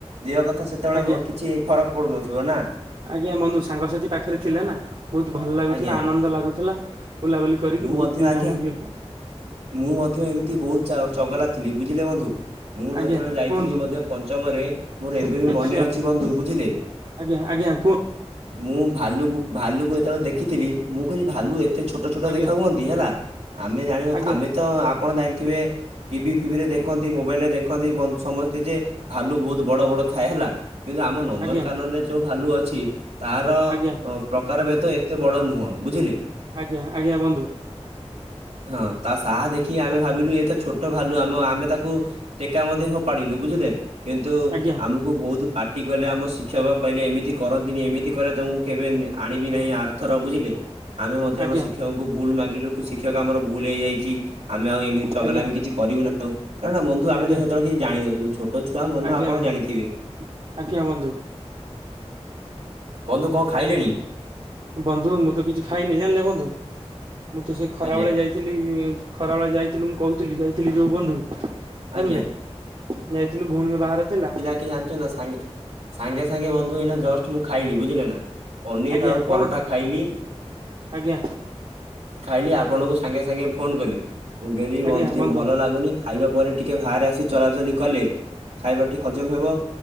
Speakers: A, on the right; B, on the right.
A: ଦେହ କଥା ସେତେବେଳେ
B: ଆଜ୍ଞା
A: କିଛି ଫରକ ପଡୁନଥିବ ନା?
B: ଆଜ୍ଞା, ବନ୍ଧୁ ସାଙ୍ଗସାଥି ପାଖରେ ଥିଲା ନା। ବହୁତ ଭଲ ଲାଗୁଥିଲା
A: ଆଜ୍ଞା
B: ଆନନ୍ଦ ଲାଗୁଥିଲା, ବୁଲାବୁଲି କରିକି
A: ମୁଁ
B: ବହୁତ
A: ମଧ୍ୟ ଆଜ୍ଞା
B: ମ-ମ ଇଏ
A: ମୁଁ ମଧ୍ୟ ଏମିତି ବହୁତ ଚ-ଚଗଲା ଥିଲି ବୁଝିଲେ ବନ୍ଧୁ? ମୁଁ
B: ଆଜ୍ଞା
A: ଯେତେବେଳେ ଯାଇଥିଲି
B: କୁହନ୍ତୁ
A: ମଧ୍ୟ ପଞ୍ଚମରେ ମୋର ଏବେ ବି ମନେ
B: ଆଜ୍ଞା
A: ଅଛି ବନ୍ଧୁ ବୁଝିଲେ?
B: ଆଜ୍ଞା ଆଜ୍ଞା କୁହ
A: ମୁଁ ଭାଲୁକୁ ଭାଲୁକୁ ଯେତେବେଳେ ଦେଖିଥିଲି, ମୁଁ କହିଲି ଭାଲୁ ଏ ଏ ଛୋଟ ଛୋଟ
B: ଆଜ୍ଞା
A: ଦେଖା ହୁଅନ୍ତି ହେଲା, ଆମେ ଜାଣିନ
B: ଆଜ୍ଞା
A: ଆମେ ତ ଆପଣ ଜାଣିଥିବେ ଟିଭି ଫିଭିରେ ଦେଖନ୍ତି ମୋବାଇଲ୍‌ ରେ ଦେଖନ୍ତି ସମସ୍ତେ ଯେ ଭାଲୁ ବହୁତ ବଡ଼ବଡ଼ ଥାଏ ହେଲା। କିନ୍ତୁ ଆମ ନନ୍ଦନକାନରେ
B: ଆଜ୍ଞା
A: ଯୋଉ ଭାଲୁ ଅଛି, ତାର
B: ଆଜ୍ଞା
A: ପ୍ରକାର ଭେଦ ଏତେ ବଡ଼ ନୁହଁ ବୁଝିଲେ।
B: ଆଜ୍ଞା, ଆଜ୍ଞା ବନ୍ଧୁ।
A: ହଁ ତା ସାହା ଦେଖି କି ଆମେ ଭାବିଲୁ ଇଏ ତ ଛୋଟ ଭାଲୁ ଆମ ଆମେ ତାକୁ ଟେକା ମଧ୍ୟ ଫୋପାଡ଼ିଲୁ ବୁଝିଲେ, କିନ୍ତୁ
B: ଆଜ୍ଞା
A: ଆମକୁ ବହୁତ ପାଟି କଲେ ଆମ ଶିକ୍ଷକ କହିଲେ ଏମିତି କରନ୍ତି ନି ଏମିତି କଲେ ତମକୁ କେବେ ଆଣିବି ନାହିଁ ଆର ଥର, ବୁଝିଲେ? ଆମେ ମଧ୍ୟ ଆମ
B: ଆଜ୍ଞା
A: ଶିକ୍ଷକଙ୍କୁ ଭୁଲ ମାଗିଲୁ ଶିକ୍ଷକ ଆମର ଭୁଲ ହେଇଯାଇଛି, ଆମେ ଆଉ ଏମିତି ଚଗଲାମି
B: ଆଜ୍ଞା
A: କିଛି କରିବୁନି ଆଉ। କାରଣ ବନ୍ଧୁ ଆମେ
B: ଆଜ୍ଞା
A: ତ ସେତେବେଳେ କିଛି ଜାଣିିନଥିଲୁ ଛୋଟ ଛୁଆ ମନ
B: ଆଜ୍ଞା
A: ଆପଣ
B: ବନ୍ଧୁ
A: ଜାଣିଥିବେ।
B: ଆଜ୍ଞା ବନ୍ଧୁ।
A: ବନ୍ଧୁ କଣ ଖାଇଲେଣି!
B: ବନ୍ଧୁ ମୁଁ ତ କିଛି ଖାଇନି ଜାଣିଲେ ବନ୍ଧୁ ମୁଁ ତ ସେ ଖରା
A: ଆଜ୍ଞା
B: ବେଳେ ଯାଇ ଥିଲି ଖରାବେଳେ ଯାଇଥିଲୁ ମୁଁ କହୁଥିଲି ଯାଇଥିଲି ଯୋଉ ବନ୍ଧୁ। ଜାଣିଲେ
A: ଆଜ୍ଞା
B: ଯାଇଥିଲୁ ଭଉଣୀ ବାହାଘର ଥିଲା।
A: କିଏ ଜାଣିଛୁ ନା ସାଙ୍ଗେ ସାଙ୍ଗେ ସାଙ୍ଗେ ବନ୍ଧୁ ଏଇନା ଜଷ୍ଟ ମୁଁ ଖାଇଲି ବୁଝିଲେ ନା ପନିର
B: ଆଜ୍ଞା
A: ଆଉ
B: କଣ
A: ପରଟା ଖାଇଲି।
B: ଆଜ୍ଞା।
A: ଖାଇଲି ଆପଣଙ୍କୁ ସାଙ୍ଗେ ସାଙ୍ଗେ ଫୋନ୍‌ କଲି। ମୁ କହିଲି
B: ଆଜ୍ଞା
A: ବନ୍ଧ
B: ବନ୍ଧୁ
A: ଭଲ ଲାଗୁନି। ଖାଇବା ପରେ ଟିକେ ବାହାରେ ଆସି ଚ଼ଲା ଚ଼ଲି କଲେ ଖାଇବା ଟିକେ ହଜମ ହବ।